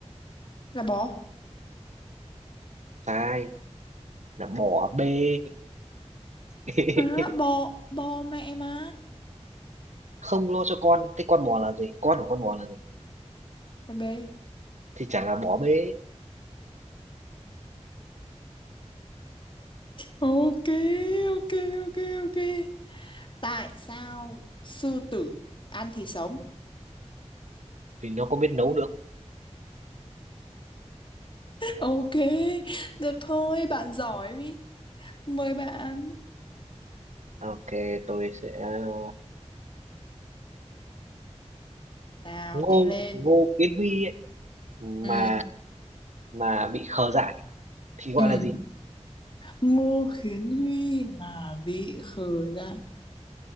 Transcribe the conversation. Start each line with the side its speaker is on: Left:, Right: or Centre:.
Left: là bò.
Right: Sai, là bò bê. <laughs>
Left: Má, bò, bò mẹ má.
Right: Không lo cho con, thế con bò là gì? Con của con bò là gì?
Left: Con bé.
Right: Thì chả là bò bê,
Left: Ok, ok, ok, ok. Tại sao sư tử ăn thì sống?
Right: vì nó có biết nấu được.
Left: Ok, được thôi, bạn giỏi ý. Mời bạn.
Right: Ok, tôi sẽ ờ,
Left: Nào,
Right: Ngô,
Left: nhanh lên.
Right: Ngô Kiến Huy ấy, mà
Left: Ừ,
Right: mà bị khờ dại thì gọi
Left: ừ.
Right: là gì?
Left: Ngô Khiến Huy mà bị khờ ra.